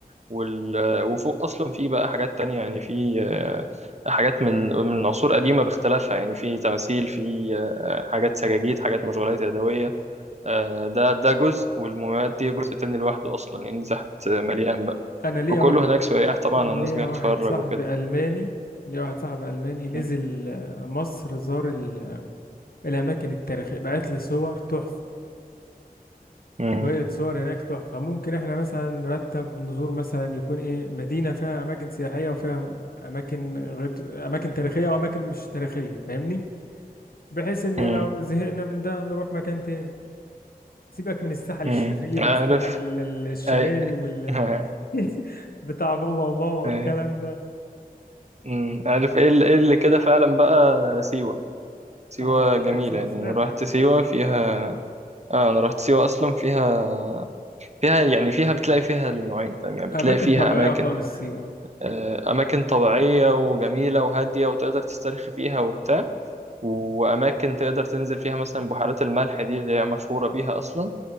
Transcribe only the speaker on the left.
أنا ليا
واحد
ليا
واحد
صاحبي
ألماني ليا واحد صاحبي ألماني نزل
آه، مصر زار ال- الأماكن التاريخية بعت لي صور تحفة
شوية صور هناك تحفة ممكن احنا مثلا نرتب نزور مثلا يكون ايه مدينة فيها أماكن سياحية وفيها أماكن غير أماكن تاريخية وأماكن مش تاريخية فاهمني بحيث إن
لو زهقنا من ده نروح مكان تاني سيبك من السحل
الشرير
والسحل ال- ال- الشمالي
وال
<laughs> بتاع بابا وماما والكلام
ده
اه واحد
سيوة
سمعت
عنه
أماكن
طبيعية
خالص سيوة